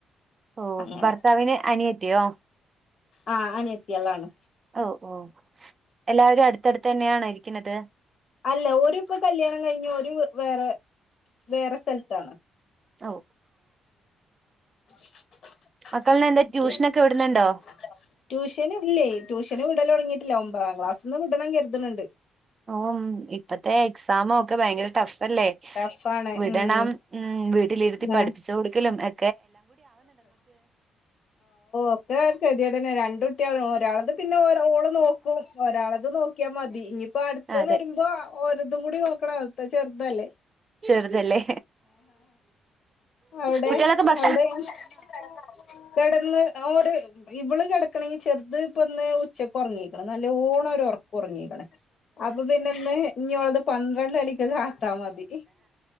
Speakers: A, on the right; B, on the left.
A: ഓ
B: അങ്ങനെ
A: ഭർത്താവിന അനിയത്തിയോ
B: ആ അനിയത്തിയളാണ്
A: ഓ ഓ എല്ലാവരും അടുത്തടുത്ത് തന്നെയാണോ ഇരിക്കുന്നത്
B: അല്ല ഓരു ഇപ്പൊ കല്യാണം കഴിഞ്ഞു ഓരു വേറെ വേറെ സ്ഥലത്താണ്ഉം
A: ഓ
B: <unintelligible>
A: മക്കളിന് എന്താ ട്യൂഷനൊക്കെ വിടുന്നുണ്ടോ
B: ട്യൂഷനില്ലേ ട്യൂഷ ന് വിടല തുടങ്ങയിട്ടില്ല ഒമ്പതാം ക്ലാസ്ന്ന് വിടണം കരുതുന്നുണ്ട്
A: ഓ ഉം ഇപ്പത്തെ എക്സാമ ഒക്കെ ഭയങ്കര ടഫ് അല്ലേ
B: ടഫാണ്
A: വിടണം
B: ഉം
A: ഉം വീട്ടിലിരുത്തി പഠിപ്പിച്ചു
B: ആഹ്
A: കൊടുക്കലും എ
B: ഒക്കെ കതിടന്നെ രണ്ടും <unintelligible> ഒരാളത് പിന്നെ ഓരോള് നോക്കും ഒരാളത് നോക്കിയാ മതി ഇനിപ്പോ അടുത്ത്
A: അതെ
B: വരുമ്പോ ഓരോതും കൂടി നോക്കണ ഇപചെറുതല്ലേ
A: ചെറുതല്ലേ
B: അവിടെ
A: കുട്ടികളൊക്കെ പ
B: <unintelligible> <unintelligible> ഇവള് കിടക്കണെങ്കി ചെറുത് ഇപ്പേ വന്ന് ഉച്ചയ്ക്ക് ഉറങ്ങി നല്ലോണ ഉറക്ക ഉറങ്ങിക്കണ അപ്പൊ പിന്നെ ഒന്ന് ഇനിയുള്ളത് പന്ത്രണ്ടരയ്ക്ക കാത്താ മതി